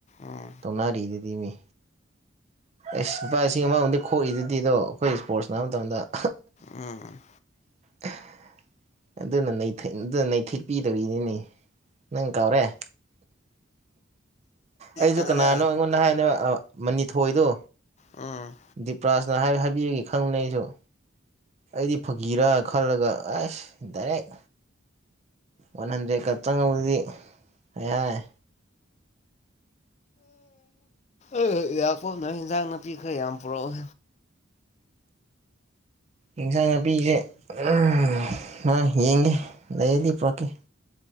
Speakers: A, on the left; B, on the right.
A: ꯎꯝ
B: ꯊꯣꯉꯥ ꯔꯤ ꯏꯃꯤ ꯑꯁ ꯂꯨꯄꯥ ꯂꯤꯁꯤꯡ ꯑꯃꯃꯝꯗꯤ ꯈꯣꯛꯏꯗꯨꯗꯤ ꯑꯗꯣ ꯑꯩꯈꯣꯏ ꯁ ꯏꯁꯄꯣꯔꯠꯁ ꯅꯥꯕ ꯃꯇꯝꯗ <inaudible>
A: ꯎꯝ
B: <inaudible> ꯑꯗꯨꯅ ꯑꯗꯨꯅ ꯅꯩꯊꯦꯛꯄꯤꯗꯣꯔꯤꯅꯤꯅꯤ ꯅꯪ ꯀꯥꯎꯔꯦ ꯑꯩꯁꯨ
A: ꯌꯥꯗꯦꯗ
B: ꯀꯅꯥꯅꯣ ꯑꯩꯉꯣꯟꯗ ꯍꯥꯏꯅꯦ ꯃꯅꯤꯊꯣꯏꯗꯣ
A: ꯎꯝ
B: ꯗꯤꯄ꯭ꯔꯥꯁ ꯐꯖꯅ ꯍꯥꯏ ꯍꯥꯏꯕꯤꯔꯒꯦ ꯈꯪꯕꯅ ꯑꯩꯁꯨ ꯑꯩꯗꯤ ꯐꯀꯤꯔꯥ ꯈꯜꯂꯒ ꯑꯁ ꯗꯥꯏꯔꯦꯛ ꯋꯥꯟ ꯍꯟꯗ꯭ꯔꯦꯗꯀ ꯆꯪꯉꯕꯗꯤ ꯑꯩ ꯍꯥꯏ
A: ꯑꯦ ꯏꯥꯛ ꯄꯣꯅ ꯏꯟꯖꯥꯡ ꯅꯥꯄꯤ ꯈꯔ ꯌꯥꯝ ꯄꯨꯔꯛꯑꯣ
B: ꯏꯟꯁꯥꯡ ꯅꯥꯄꯤꯁꯦꯣꯏ ꯌꯦꯡꯒꯦ ꯂꯩꯔꯗꯤ ꯄꯔꯛꯀꯦ